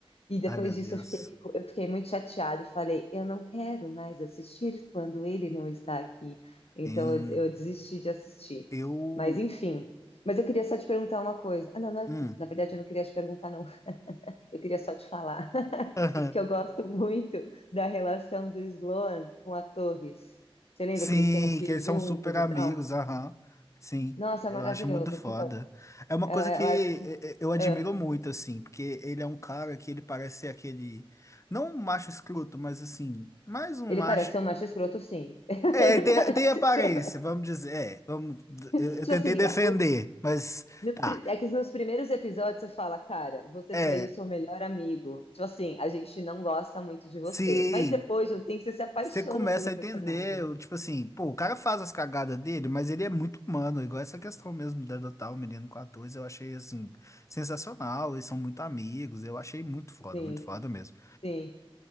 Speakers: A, on the left; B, on the left.
A: E depois
B: Ai, meu
A: disso
B: Deus.
A: eu fiquei, eu fiquei muito chateada e falei, eu não quero mais assistir quando ele não está aqui. Então
B: Em...
A: eu, des- eu desisti de assistir.
B: Eu.
A: Mas enfim. Mas eu queria só te perguntar uma coisa. Ah, não, não é-
B: Hum.
A: na verdade eu não queria te perguntar, não. <laughs> Eu queria só te falar <laughs>
B: Aham.
A: que eu gosto muito da relação do Sloan com a Torres. Você lembra
B: Sim,
A: que eles têm um filho
B: que eles
A: juntos
B: são super amigos,
A: e tal?
B: aham. Sim,
A: Nossa,
B: eu
A: é maravilhoso.
B: acho muito foda.
A: Então,
B: É uma
A: eu,
B: coisa
A: eu
B: que e-
A: acho que.
B: e- eu admiro
A: ah,
B: muito, assim, porque ele é um cara que ele parece ser aquele. Não um macho escroto, mas assim, mais um
A: ele
B: macho.
A: parece ser um macho escroto, sim. <laughs>
B: É,
A: Ele
B: ele tem,
A: parece
B: tem aparência,
A: ser um
B: vamos dizer. É, vamos, eu,
A: Tipo
B: eu tentei
A: assim,
B: defender,
A: a- o-
B: mas
A: no pri-
B: tá.
A: é que nos primeiros episódios você fala, cara, você
B: É,
A: traiu seu melhor amigo. Tipo assim, a gente não gosta muito de você.
B: sim.
A: Mas depois de um tempo você se apaixona
B: Você começa
A: pelo personagem.
B: a entender, o- tipo assim, pô, o cara faz as cagadas dele, mas ele é muito humano, igual essa questão mesmo de adotar o menino com 14, eu achei, assim, sensacional, eles são muito amigos, eu achei muito foda,
A: Sim,
B: muito foda mesmo.
A: sim.